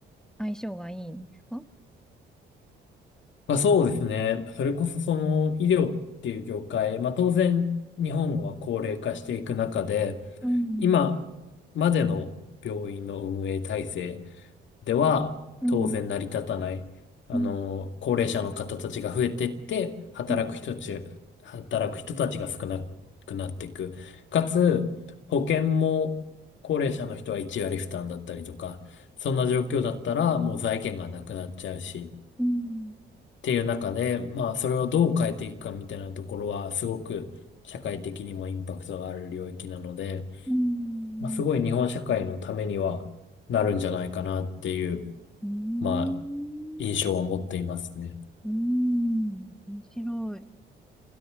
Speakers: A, in the centre; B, on the left (about 70°).
A: 相性がいいんですか
B: まあそうですね。それこそその医療っていう業界、まあ当然日本は高齢化していく中で、
A: うん、
B: 今までの病院の運営体制では当然成り立たない、
A: うん、
B: あの、
A: うん、
B: 高齢者の方たちが増えていって、働く人たち、
A: うん、
B: 働く人たちが少なくなっていく。かつ、保険も高齢者の人は1割負担だったりとか、そんな状況だったらもう財源がなくなっちゃうし、
A: うん、
B: っていう中で、まあ、それをどう変えていくかみたいなところは、すごく社会的にもインパクトがある領域なので、
A: うん、
B: まあ、すごい日本社会のためにはなるんじゃないかなっていう、
A: うん、
B: まあ、印象は持っていますね。
A: うん、面白い。